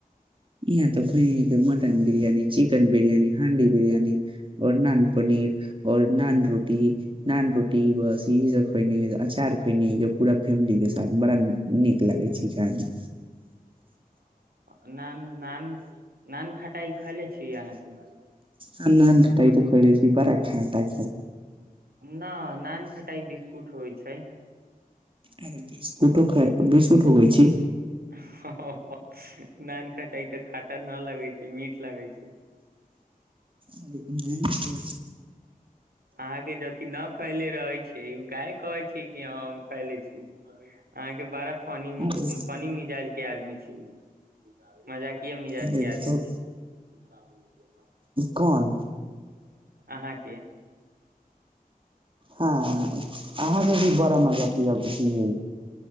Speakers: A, on the right; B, on the right.
A: यहाँ तो खुने के मटन बिरियानी चिकेन बिरियानी हांडी बिरियानी और नान पनीर और नान रोटी नान रोटी बस इह सब खुने अचार खुने पूरा फेमिली के साथ बड़ा नीक लागे छै खाय मे
B: न नान नान खटाइ खैले छी अहाँके
A: हम नान खटाइ सब खइ लै छी परा छाँतय
B: न नान खटाई बिस्कुट होइ छै छै
A: अ बीस उठो ख बीस उठ ग छी
B: हंअ ह नान खटाइ खाटा न लगै छै मीठ लागै छै
A: अर नहि
B: अहा के अथी न खैले रहे छीे उ काहे कहे छी कि हम खाले छी अहाँ के बारा फनी
A: अरे
B: फनी मिजाज के आदमी छिय ह <inaudible> मजाकीए मिजाज
A: अरे
B: के आदमी
A: तो
B: छी त <unintelligible>
A: कोन
B: अहाँके
A: हँ अहाँके भी बड़ा मजा लिएक ह